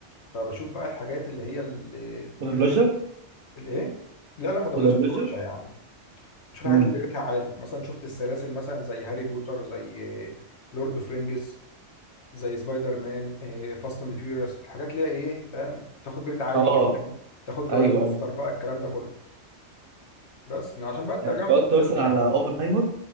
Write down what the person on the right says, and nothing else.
مدبلجة
مدبلجة
امم
اه
ايوه
ايوه
يعني اتفرجت
مثلا
على
اوبنهايمر